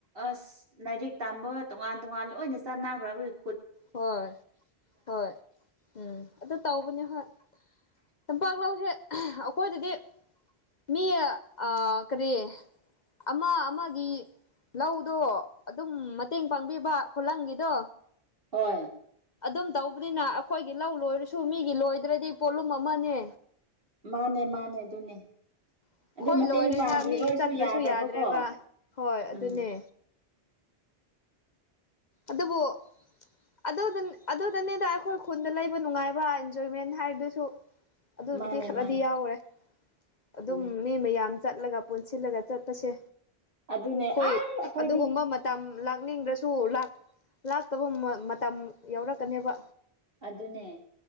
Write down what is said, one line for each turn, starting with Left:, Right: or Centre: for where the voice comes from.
Right: ꯑꯁ ꯂꯥꯏꯔꯤꯛ ꯇꯝꯕ ꯇꯣꯉꯥꯟ ꯇꯣꯉꯥꯟ ꯂꯣꯏꯅ ꯆꯟꯅꯈ꯭ꯔꯕꯩ
Left: ꯍꯣꯏ ꯍꯣꯏ ꯎꯝ ꯑꯗꯨ ꯇꯧꯕꯅꯦ ꯍꯣꯏ ꯇꯝꯄꯥꯛ ꯂꯧꯁꯦ ꯑꯥ ꯑꯈꯣꯏꯗꯗꯤ ꯃꯤ ꯑꯥ ꯀꯔꯤ ꯑꯃ ꯑꯃꯒꯤ ꯂꯧꯗꯣ ꯑꯗꯨꯝ ꯃꯇꯦꯡ ꯄꯥꯡꯕꯤꯕ ꯈꯨꯂꯪꯒꯤꯗꯣ
Right: ꯍꯣꯏ
Left: ꯑꯗꯨꯝ ꯇꯧꯕꯅꯤꯅ ꯑꯈꯣꯢꯒꯤ ꯂꯧ ꯂꯣꯢꯔꯁꯨ ꯃꯤꯒꯤ ꯂꯣꯢꯗ꯭ꯔꯗꯤ ꯄꯣꯠꯂꯨꯝ ꯑꯃꯅꯦ
Right: ꯃꯥꯅꯦ ꯃꯥꯅꯦ ꯑꯗꯨꯅꯦ
Left: ꯑꯩꯈꯣꯏ
Right: ꯑꯗꯨ ꯃꯇꯦꯡ
Left: ꯂꯣꯏꯔꯦꯅ
Right: ꯄꯥꯡꯕꯤꯔꯣꯏꯁꯨ
Left: ꯃꯤꯒꯤ ꯆꯠꯇ꯭ꯔꯁꯨ
Right: ꯌꯥꯗꯕꯀꯣ
Left: ꯌꯥꯗ꯭ꯔꯦꯕ ꯍꯣꯏ ꯑꯗꯨꯅꯦ
Right: ꯎꯝ
Left: ꯑꯗꯨꯕꯨ ꯑꯗꯨꯗꯨ ꯑꯗꯨꯗꯅꯤꯗ ꯑꯈꯣꯢ ꯈꯨꯟꯗ ꯂꯩꯕ ꯅꯨꯡꯉꯥꯢꯕ ꯑꯦꯟꯖꯣꯢꯃꯦꯟ ꯍꯥꯢꯗꯨꯁꯨ ꯑꯗꯨꯕꯨꯗꯤ
Right: ꯃꯥꯅꯦ
Left: ꯈꯔꯗꯤ
Right: ꯃꯥꯅꯦ
Left: ꯌꯥꯎꯔꯦ ꯑꯗꯨꯝ
Right: ꯆꯨꯝꯃꯦ
Left: ꯃꯤ ꯃꯌꯥꯝ ꯆꯠꯂꯒ ꯄꯨꯟꯁꯤꯜꯂꯒ ꯆꯠꯄꯁꯦ
Right: ꯑꯗꯨꯅꯦ
Left: ꯈꯣꯢ
Right: ꯑꯩ ꯑꯩꯈꯣꯏꯗꯤ
Left: ꯑꯗꯨꯒꯨꯝꯕ <unintelligible> ꯇꯝ ꯂꯥꯛꯅꯤꯡꯗ꯭ꯔꯁꯨ ꯂꯥꯛ ꯂꯥꯛꯇꯕ ꯃ ꯃꯇꯝ ꯌꯥꯎꯔꯛꯀꯅꯦꯕ
Right: ꯑꯗꯨꯅꯦ